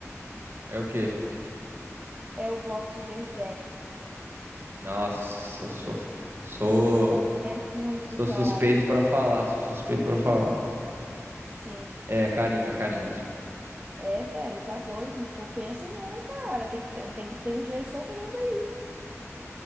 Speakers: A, on the right; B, on the right.
A: é o quê?
B: É o box de Berserk.
A: Nossa, eu sou sou
B: Só que é muito
A: sou
B: caro.
A: suspeito pra falar, sou suspeito pra falar.
B: Sim.
A: É, é carinho, é carinho mesmo.
B: É, velho, tá doido, não compensa não, cara. Tem que, ter- tem que ter um dinheiro sobrando aí